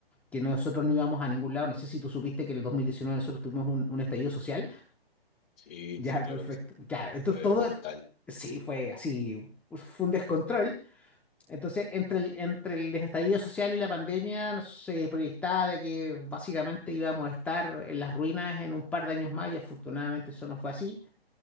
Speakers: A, in the centre; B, on the left.
A: que nosotros no íbamos a ningún lado. No sé si tú supiste que en el 2019 nosotros tuvimos un, un estallido social. <laughs>
B: Sí,
A: Ya,
B: sí, claro
A: perfecto.
B: que sí.
A: Ya, entonces
B: Fue
A: todo
B: brutal.
A: sí fue así, fue un descontrol. Entonces, entre el, entre el estallido social y la pandemia nos- se proyectaba de que básicamente íbamos a estar en las ruinas en un par de años más y afortunadamente eso no fue así.